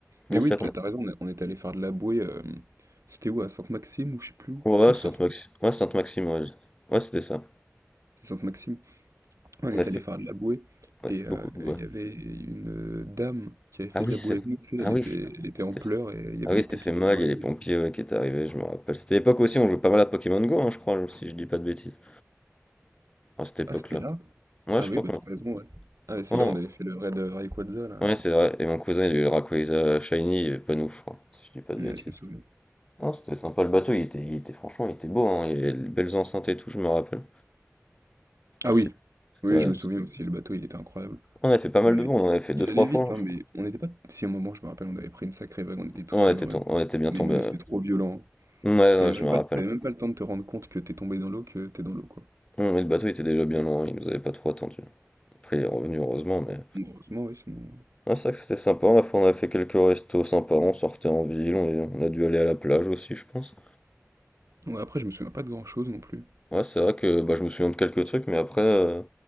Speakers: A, on the right (about 75°); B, on the left (about 20°).
A: Mais
B: Ouais,
A: oui,
B: c'est
A: t'as
B: vrai
A: as raison, on est on est allés faire de la bouée, hem, c'était où? À Sainte-Maxime ou je sais plus où.
B: qu'on a
A: Non,
B: ouais,
A: c'était
B: ouais, Sainte-Maxi
A: à
B: ouais, Sainte-Maxime, ouais, je- ouais, c'était ça.
A: Sainte-Maxime. On est
B: On a fait
A: allé faire de la bouée
B: on a
A: et
B: fait
A: heu,
B: beaucoup
A: il
B: ouais.
A: y avait une, heu, dame qui avait fait
B: Ah oui,
A: de la
B: c'est
A: bouée avec nous, tu sais,
B: ah
A: elle
B: oui,
A: était elle était
B: c'était
A: en pleurs et il y avait
B: ah oui,
A: les
B: c'était
A: pompiers
B: fait mal,
A: qui sont arrivés
B: il y a les pompiers,
A: et tout.
B: ouais, qui étaient arrivés, je me rappelle. C'était l'époque aussi, on jouait pas mal à Pokémon Go, hein, je crois, si je dis pas de bêtises, à cette époque-là.
A: Ah, c'était là?
B: Ouais,
A: Ah
B: je
A: oui,
B: crois
A: bah,
B: qu'on
A: t'as raison, ouais. Ah, et c'est
B: ouais,
A: là où on avait fait le raid, heu, Rayquaza là,
B: Ouais, c'est vrai, et mon cousin, il a eu le Rayquaza shiny, il pas nous, je crois, si je dis pas de
A: ouais,
B: bêtises.
A: je me souviens.
B: Non, c'était sympa le bateau, il était, il était franchement, il était beau, hein, il y avait de belles enceintes et tout, je me rappelle.
A: Ah
B: C'est-
A: oui! Oui,
B: c'est-
A: je me souviens aussi, le bateau, il était incroyable.
B: On a fait pas mal
A: On avait
B: de bons, on en avait fait deux,
A: ils
B: trois
A: allaient
B: fois,
A: vite,
B: hein,
A: hein,
B: je
A: mais
B: crois.
A: on n'était pas si à un moment, je me rappelle, on avait pris une sacrée vague, on était tous
B: On
A: tombés
B: était,
A: en même
B: tom-
A: temps.
B: on était bien
A: Mais
B: tombé.
A: non, mais
B: Ouais,
A: c'était trop violent. hein.
B: ouais, ouais,
A: T'avais même
B: je me
A: pas
B: rappelle.
A: t'avais même pas le temps de te rendre compte que t'es tombé dans l'eau, que t'es dans l'eau, quoi.
B: Non, mais le bateau était déjà bien loin, il nous avait pas trop attendu. Après, il est revenu, heureusement, mais.
A: Heureusement, oui, sinon
B: Ouais, c'est vrai que c'était sympa, on a fait, on a fait quelques restos sympas, on sortait en ville, on, est- on a dû aller à la plage aussi, je pense.
A: ouais, après, je me souviens pas de grand-chose non plus.
B: Ouais, c'est vrai que bah, je me souviens de quelques trucs, mais après, heu,